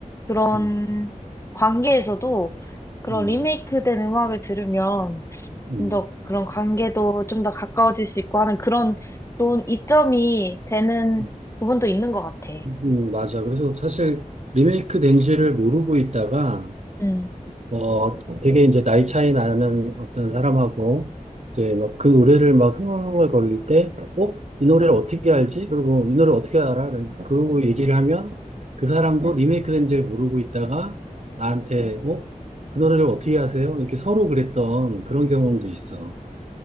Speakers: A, on the left; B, on the right.
A: 그런
B: 음,
A: 관계에서도 그런
B: 음,
A: 리메이크 된 음악을 들으면
B: 음,
A: 좀 더 그런 관계도 좀 더 가까워질 수 있고 하는 그런 좋은 이점이 되는
B: 음,
A: 부분도 있는 것 같아.
B: 음, 맞아. 그래서 사실
A: 음,
B: 리메이크 된 지를 모르고 있다가
A: 음.
B: 어, 되게 이제 나이 차이 나는 어떤 사람하고 이제 막 그 노래를 막 흥얼흥얼거릴 때, 어? 이 노래를 어떻게 알지? 그리고 이 노래 어떻게 알아? 그러고 얘기를 하면 그 사람도 리메이크된 줄 모르고 있다가 나한테, 어? 그 노래를 어떻게 아세요? 이렇게 서로 그랬던 그런 경험도 있어.